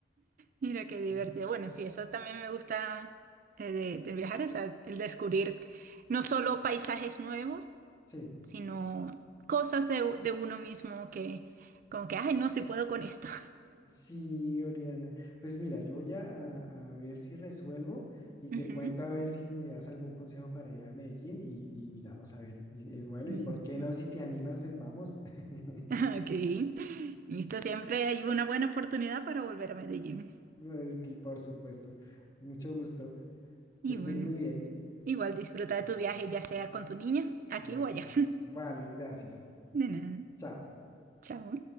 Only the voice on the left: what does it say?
Sí,
sí.
Sí, Oriana. Pues mira, yo voy a, a- a ver si resuelvo
y te
cuento a ver si me das algún consejo para ir a Medellín y, y miramos a ver. Y, y bueno,
y por qué no, si te animas, pues vamos. <laughs>
Pues, cl- por supuesto. Mucho gusto.
Que estés muy bien.
Mm.
mm,
Vale.
Vale, gracias.
Chao.